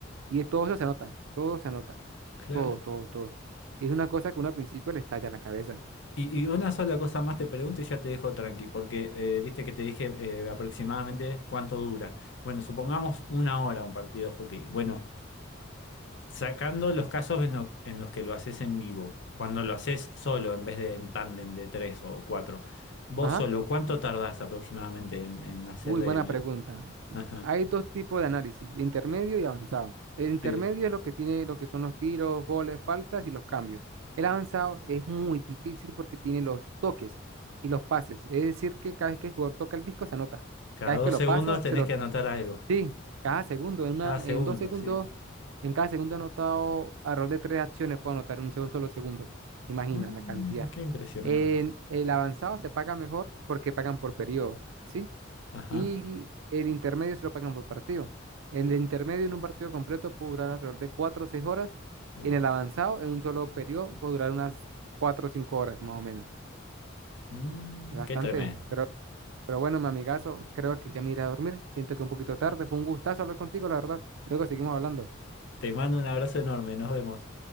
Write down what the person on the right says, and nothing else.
Y es todo eso se anota. Todo se anota.
Todo, todo, todo. Es una cosa que uno al principio le estalla la cabeza.
Ajá.
Uy, buena
pregunta.
Hay dos tipos de análisis, intermedio y avanzado. El intermedio
es lo que tiene lo que son los tiros, goles, faltas y los cambios. El avanzado es muy difícil porque tiene los toques y los pases. Es decir, que cada vez que el jugador toca el disco se anota.
Cada
vez que lo
pasa,
se lo...
qui-
Sí, cada segundo, en una,
en dos segundos,
en cada segundo ha anotado alrededor de tres acciones, puedo anotar en un solo solo segundo. Imagina
la cantidad.
En el avanzado se paga mejor porque pagan por periodo. ¿sí?
y el intermedio se lo pagan por partido. El intermedio en un partido completo puede durar alrededor de 4 o 6 horas,
en el avanzado, en un solo periodo, puede durar unas 4 o 5 horas más o menos.
Es bastante,
pero, pero bueno, mi amigazo, creo que ya me iré a dormir. Siento que un poquito tarde, fue un gustazo hablar contigo, la verdad. Luego seguimos hablando.